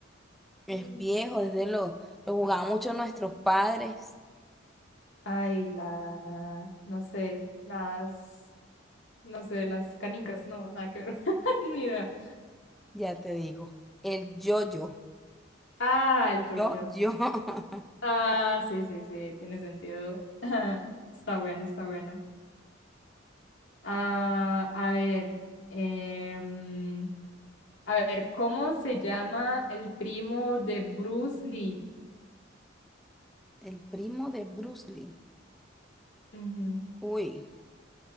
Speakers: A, in the centre; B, on the left (about 70°).
A: Es
B: <gasps>
A: viejo, desde lo, lo jugaban mucho nuestros padres,
B: Ay, la, no sé, las, no sé, las canicas, no, nada que ver, <laughs> ni idea.
A: ya te digo. El yo-yo.
B: Ah, el yo-yo.
A: Yo-yo. <laughs>
B: Ah, sí, sí, sí, tiene sentido. <laughs> Está bueno, está bueno. Ah, a ver, em, a ver, ¿cómo se llama el primo de Bruce Lee?
A: El primo de Bruce Lee.
B: Ujú,
A: Uy,